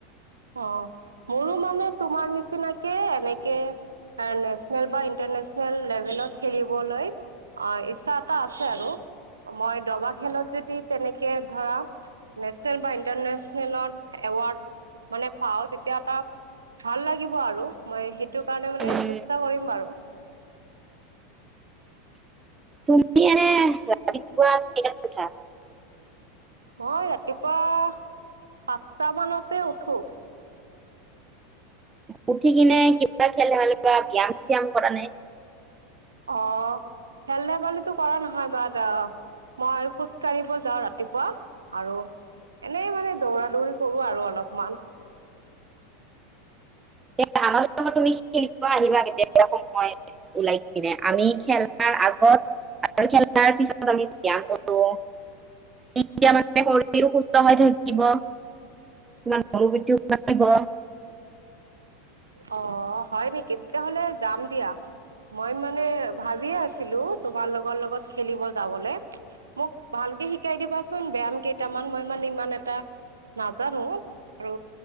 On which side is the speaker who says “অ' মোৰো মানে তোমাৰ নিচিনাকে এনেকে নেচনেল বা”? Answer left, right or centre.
Right